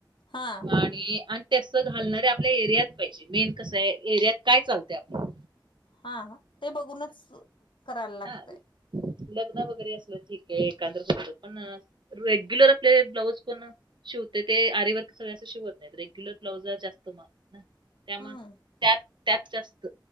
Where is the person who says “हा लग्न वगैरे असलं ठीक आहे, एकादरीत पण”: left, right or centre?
Right